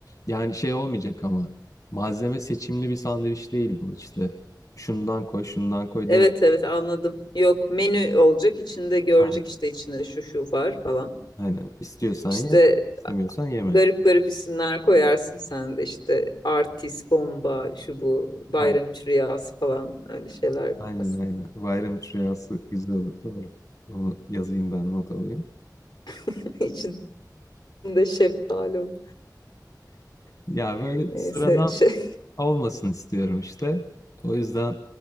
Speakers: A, on the left (about 50°); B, on the left (about 80°).
A: Yani şey olmayacak ama malzeme seçimli bir sandviç değil bu. İşte şundan koy, şundan koy
B: Evet
A: demiyorum.
B: evet anladım. Yok menü olacak içinde görecek
A: Aynen,
B: işte içinde şu şu var falan.
A: aynen. İstiyorsan
B: İşte
A: ye, istemiyorsan yeme.
B: garip garip isimler koyarsın sen de işte artist, bomba, şu bu, bayram
A: Aynen,
B: üç rüyası falan öyle şeyler yaparsın.
A: aynen, aynen. Bayram rüyası güzel olur, doğru. Onu yazayım ben, not alayım.
B: <laughs> İçinde şeftali olur.
A: Ya böyle
B: Neyse
A: sıradan
B: şey, <laughs>
A: olmasın istiyorum işte. O yüzden